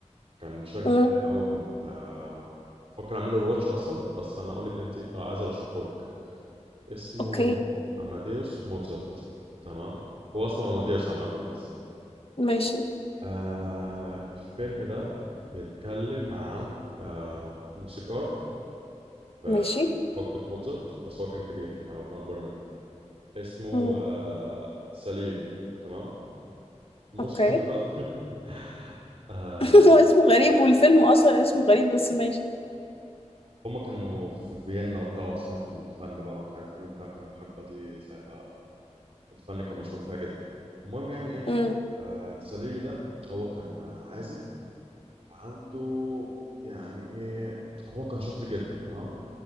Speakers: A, on the right; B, on the left.
A: كان شاغل
B: امم
A: بالي قوي كنت آه، بفكر اعمله الواتش اصلا بس انا اقول لك ان انت آه، عايز ارشحه لك اسمه
B: اوكي
A: اماديوس موتزارت تمام هو اسمه اماديوس عامة بس
B: ماشي
A: آه، الفيلم ده بيتكلم عن آه، موسيقار في
B: ماشي
A: حقبة موتزارت بس هو كان كبير يعني هو كان اكبر منه اسمه
B: امم
A: آه، ساليري تمام الموسيقار
B: اوكي
A: ده <laughs> آه،
B: <laughs> هو اسمه غريب والفيلم اصلا اسمه غريب بس ماشي
A: هما كانوا في فيينا وبتاع عاصمة الفن بقى ومش عارف ايه وبتاع كان الحقبة دي ساعتها الفن كان مشهور فيها جدا المهم يعني ايه
B: امم
A: آه، ساليري ده هو كان عازف عنده يعني ايه هو كان شاطر جدا تمام